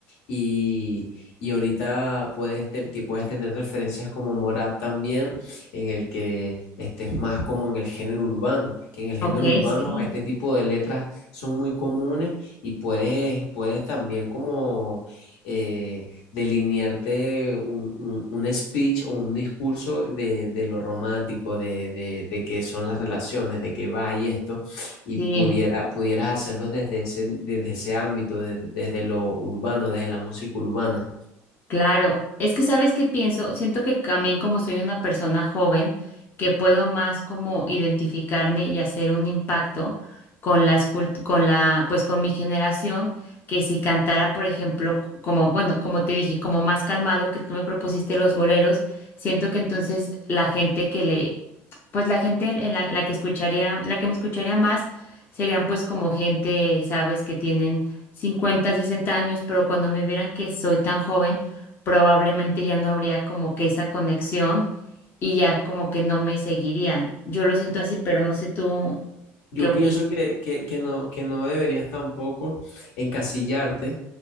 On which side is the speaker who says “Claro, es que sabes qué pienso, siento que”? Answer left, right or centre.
Left